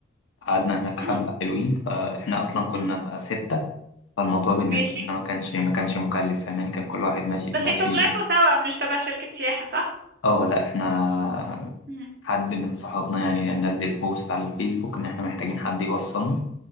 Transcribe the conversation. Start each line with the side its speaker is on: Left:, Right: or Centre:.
Left: قعدنا هناك
Right: مم.
Left: حبة حلوين فإحنا أصلا كنا
Right: مم.
Left: ستة فالموضوع بالنسبة
Right: ماشي
Left: لنا ما كانش ما كانش مكلف فاهماني كان كل واحد ماشي ماشي
Right: بس انتوا طلعتوا سوا مش تبع شركة سياحة صح؟
Left: أه لأ إحنا
Right: مم.
Left: حد من صحابنا يعني نزل بوست على الفيسبوك إن إحنا محتاجين حد يوصلنا